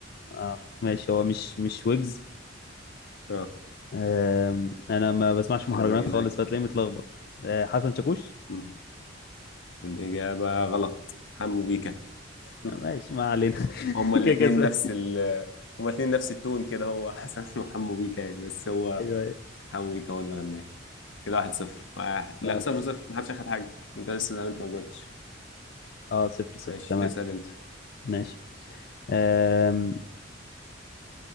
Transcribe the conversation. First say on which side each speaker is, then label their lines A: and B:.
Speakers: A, on the left (about 55°); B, on the left (about 70°).
A: اه ماشي هو مش مش ويجز
B: اه
A: آم، أنا ما بسمعش مهرجانات
B: كده باين
A: خالص
B: لك
A: فتلاقيني متلخبط آه، حسن شاكوش
B: م. الإجابة غلط حمو بيكا
A: آه،
B: <laughs>
A: ماشي ما علينا <laughs>
B: هما الاثنين
A: كده كده سؤال.
B: نفس ال هما الاثنين نفس التون كده هو حسن <laughs> وحمو بيكا يعني بس هو
A: أيوه أيوه
B: حمو بيكا هو اللي غناه كده واحد صفر واحد.
A: خلاص
B: لا صفر صفر محدش اخد حاجة انت لسه ده اللي انت ما جاوبتش
A: اه صفر صفر
B: ماشي
A: تمام
B: اسأل انت
A: ماشي آم،